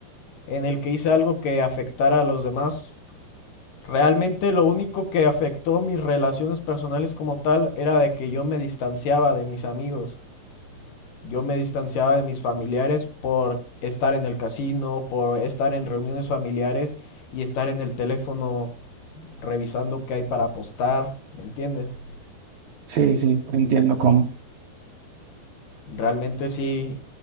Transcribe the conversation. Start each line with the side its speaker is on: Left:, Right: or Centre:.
Left: en el que hice algo que afectara a los demás. Realmente lo único que afectó mis relaciones personales como tal era de que yo me distanciaba de mis amigos. Yo me distanciaba de mis familiares por estar en el casino, por estar en reuniones familiares y estar en el teléfono revisando qué hay para apostar, ¿me entiendes?
Right: Sí, sí, entiendo cómo.
Left: Realmente sí,